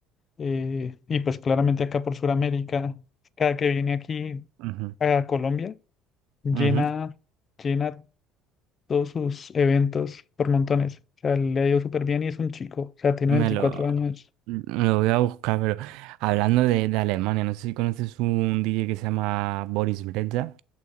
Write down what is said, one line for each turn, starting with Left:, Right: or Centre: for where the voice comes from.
Left: eh, y pues claramente acá por Sudamérica. Cada que viene aquí
Right: ujú.
Left: a Colombia llena,
Right: Ujú.
Left: llena todos sus eventos por montones. O sea, le ha ido súper bien y es un chico. O sea, tiene
Right: Me
Left: 24
Right: lo,
Left: años.
Right: lo voy a buscar, pero hablando de, de Alemania, no sé si conoces un DJ que se llama Boris Brejcha.